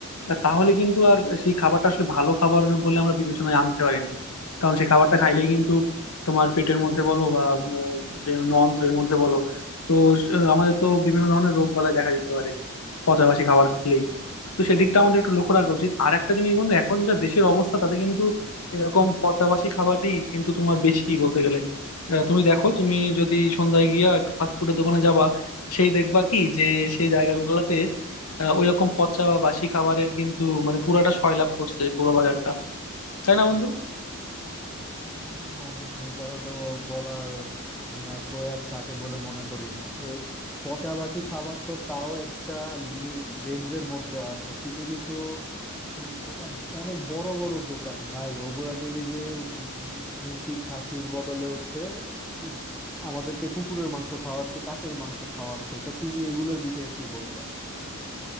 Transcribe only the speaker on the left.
আহ, তাহলে কিন্তু আর সেই খাবারটা আসলে ভালো খাবার বলে আমরা বিবেচনায় আনতে পারি না কারণ সেই খাবারটা খাইলেই কিন্তু তোমার পেটের মধ্যে বলো বা আহ, বিভিন্ন অন্ত্রের মধ্যে বলো তো আহ, আমাদের তো বিভিন্ন ধরনের রোগ বালাই দেখা দিতে পারে পচাবাসি খাবার খেলেই তো সেদিকটা আমাদের একটু লক্ষ্য রাখা উচিত আর একটা জিনিস বন্ধু এখন যা দেশের অবস্থা তাতে কিন্তু এরকম পচাবাসি খাবারই কিন্তু তোমার বেশি বলতে গেলে আহ, তুমি দেখো তুমি যদি সন্ধ্যায় গিয়া একটু ফাস্টফুডের দোকানে যাবা সেই দেখবা কি যে সেই জায়গাগুলোতে আহ, ওইরকম পচা বা বাসি খাবারের কিন্তু মানে পুরাটা সয়লাব করছে পুরো বাজারটা তাই না বন্ধু